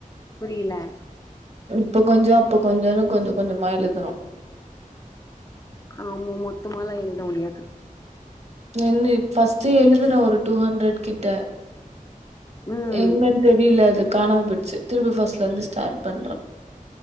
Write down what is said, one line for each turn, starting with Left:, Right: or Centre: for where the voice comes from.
Left: புரியல
Right: இப்ப கொஞ்சோ அப்ப கொஞ்சோன்னு கொஞ்ச கொஞ்சமா எழுதனு
Left: ஆமா மொத்தமாலா எழுத முடியாது
Right: என்ன ஃபஸ்ட் எழுதுன ஒரு டூ ஹண்ட்ரட் கிட்ட
Left: ம்
Right: எங்கன்னு தெரியல அது காணாம போய்டுச்சு திருப்பி ஃபர்ஸ்ட்ல இருந்து ஸ்டார்ட் பண்றே